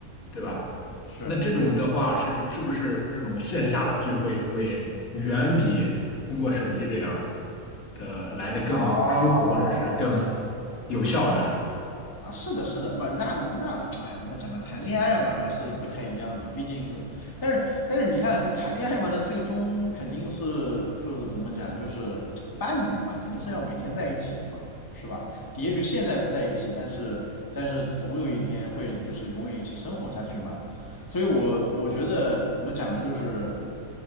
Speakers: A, on the left; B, on the left.
A: 对吧？
B: 是
A: 那这种的话是是不是这种线下的聚会会远比通过手机这样的来的更舒服，
B: 哦
A: 或者是更有效呢？
B: 啊，是的，是的，不，那那，哎，怎么讲呢？谈恋爱嘛，还是不太一样的嘛，毕竟是，但是但是你看，这谈恋爱嘛，那最终肯定是就是怎么讲，就是伴侣嘛，肯定是要每天在一起的嘛，是吧？也许现在不在一起，但是但是总有一天会就是永远一起生活下去嘛。所以我我觉得怎么讲呢，就是